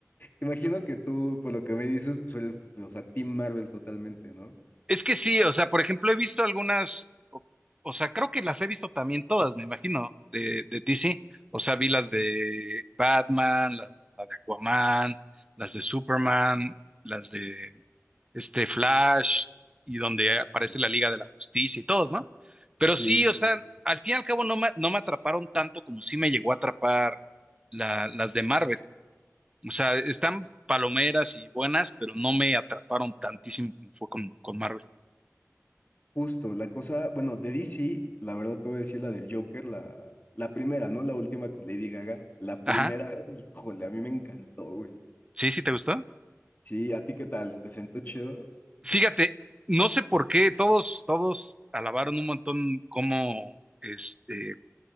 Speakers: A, on the left; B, on the right.
A: Imagino que tú, por lo que me dices, pues eres, o sea, Team Marvel totalmente, ¿no?
B: Es que sí, o sea, por ejemplo, he visto algunas, o, o sea, creo que las he visto también todas, me imagino, de, de DC. O sea, vi las de Batman, la, la de Aquaman, las de Superman, las de este Flash, y donde
A: Sí,
B: aparece la Liga de la Justicia y todos, ¿no? Pero
A: sí,
B: sí,
A: sí.
B: o sea, al fin y al cabo no me, no me atraparon tanto como sí me llegó a atrapar la- las de Marvel. O sea, están palomeras y buenas, pero no me atraparon tantísimo como fue con, con Marvel.
A: Justo, la cosa, bueno, de DC, la verdad te voy a decir la del Joker, la, la primera, no la última con Lady Gaga, la primera,
B: Ajá.
A: híjole, a mí me encantó, güey.
B: Sí, sí, ¿te gustó?
A: Sí, ¿a ti qué tal? ¿Te sentó chido?
B: Fíjate, no sé por qué todos, todos alabaron un montón cómo, este,